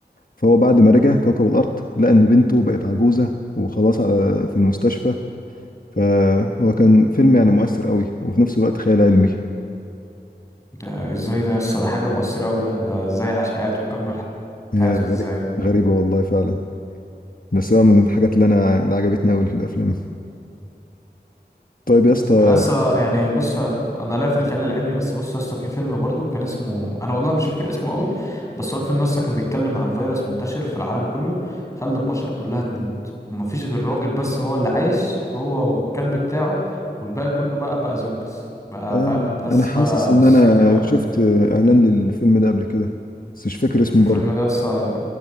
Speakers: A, on the left; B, on the left.
A: فهو بعد ما رجع كوكب الأرض لقى إن بنته بقت عجوزة وخلاص على في المستشفى فهو كان فيلم يعني مؤثر أوي وفي نفس الوقت خيال علمي
B: ده ازاي ده يسطا ده حاجة مؤثرة أوي ده ده ازاي عاش حياته وكمل
A: هي
B: حياته
A: غريب
B: ازاي
A: غريبة والله فعلا بس هو من الحاجات اللي أنا اللي عجبتني أوي في الأفلام طيب يا اسطى
B: انا لسه يعني بص انا أنا لا في الخيال العلمي بس بص لسه في فيلم برضو كان اسمه انا والله مش فاكر اسمه قوي بس هو الفيلم لسه كان بيتكلم عن فيروس منتشر في العالم كله خلى البشر كلها تموت ومفيش غير راجل بس هو اللي عايش هو والكلب بتاعه والباقي كله بقى بقى زومبيز بقى
A: اه
B: فاهم ناس
A: انا حاسس
B: بقى
A: ان
B: مصاصين
A: انا
B: دماء
A: شفت
B: وكده
A: اعلان للفيلم ده قبل كده بس مش فاكر اسمه
B: الفيلم
A: برضه
B: ده لسه